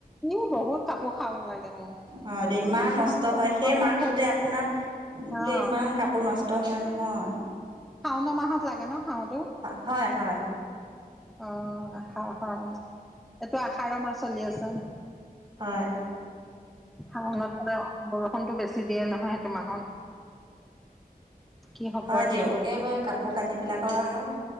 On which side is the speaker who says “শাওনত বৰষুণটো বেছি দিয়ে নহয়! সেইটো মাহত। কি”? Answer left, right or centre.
Centre